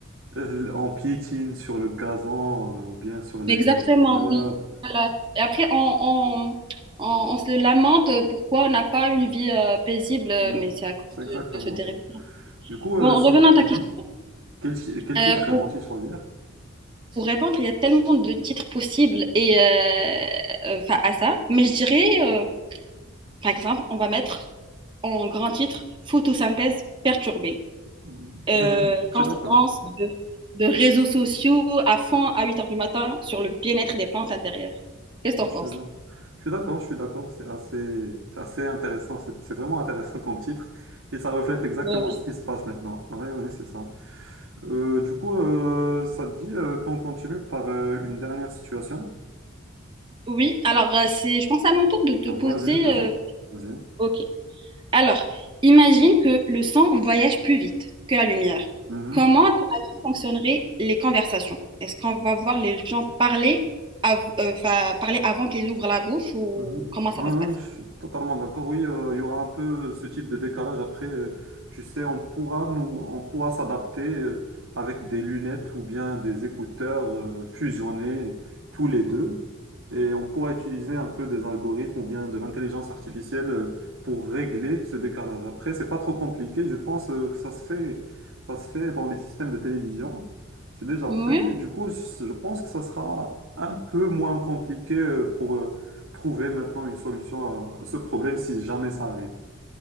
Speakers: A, on the right; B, on the right.
A: euh, on piétine sur le gazon, euh, ou bien sur les,
B: Exactement,
A: les fleurs.
B: oui. Voilà. Et après, on, on, on- on se lamente pourquoi on n'a pas une vie euh, paisible, euh,
A: Mhm.
B: mais c'est à cause
A: C'est exactement
B: de, de ce dérèglement.
A: ça. Du coup, euh,
B: Bon,
A: si,
B: revenons
A: mhm.
B: à ta question.
A: Quel, chi- quel
B: Euh,
A: titre
B: pour,
A: vont-ils choisir?
B: pour répondre, il y a tellement de titres possibles et, euh, euh, 'fin, à ça, mais je dirais, euh, par exemple, on va mettre en grand titre photosynthèse perturbée.
A: Mhm.
B: Euh,
A: Mhm. Je
B: conséquence
A: suis d'accord.
B: de, de réseaux sociaux à fond à 8 heures du matin sur le bien-être des plantes intérieures. Qu'est-ce que t'en
A: Je,
B: penses?
A: suis je suis d'accord, je suis d'accord. C'est assez, c'est assez intéressant. C'est c'est vraiment intéressant comme titre. Et ça reflète exactement
B: Oui,
A: ce qui se passe maintenant. Oui, oui, c'est ça. Euh, du coup, euh, ça te dit euh, qu'on continue par euh, une dernière situation?
B: Oui, alors euh, c'est, je pense à mon tour de te poser.
A: Vas-y, vas-y,
B: euh,
A: vas-y.
B: Ok. Alors, imagine que le son voyage plus vite que la lumière.
A: Mhm.
B: Comment, à ton avis, fonctionneraient les conversations? Est-ce qu'on va voir les gens parler, av- euh, 'fin, parler avant qu'ils ouvrent la bouche ou
A: Mhm.
B: comment ça
A: Ouais,
B: va se
A: ouais,
B: passer?
A: je suis totalement d'accord. Oui, euh, il y aura un peu ce type de décalage. Après, euh, tu sais, on pourra nous, on pourra s'adapter euh, avec des lunettes ou bien des écouteurs euh, fusionnés tous les deux. Et on pourra utiliser un peu des algorithmes ou bien de l'intelligence artificielle euh, pour régler ce décalage. Après, c'est pas trop compliqué. Je pense euh, que ça se fait, ça se fait dans les systèmes de télévision. C'est déjà
B: Oui,
A: fait. Du coup, je je pense que ça sera un peu moins compliqué euh, pour euh, trouver maintenant une solution à à ce problème si jamais ça arrive.